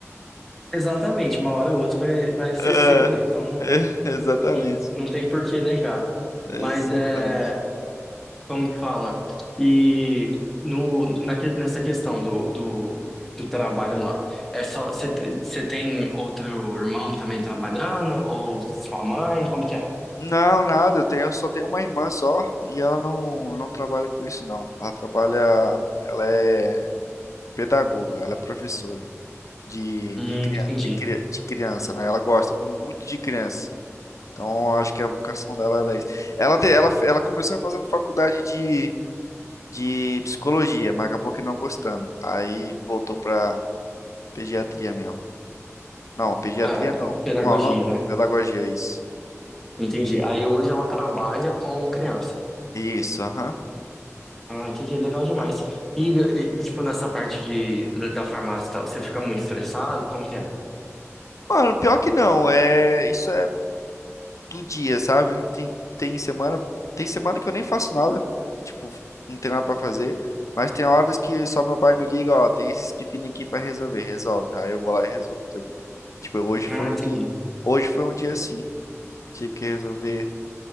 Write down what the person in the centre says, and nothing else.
Exatamente, uma hora ou outra vai, vai ser
seu, né? Então não,
não, não tem por que negar.
Mas, né? Como que fala? E no, naque- nessa questão do, do, do trabalho lá, é só você te- você tem outro irmão também trabalhando ou sua mãe? Como que é?
Hum,
entendi.
Ah,
é pedagogia,
né?
Entendi. Aí hoje ela trabalha com criança.
Ah, entendi. Legal demais.
E, e- e, tipo, nessa parte de, da, da farmácia e tal, você fica muito estressado? Como que é?
Ah,
entendi.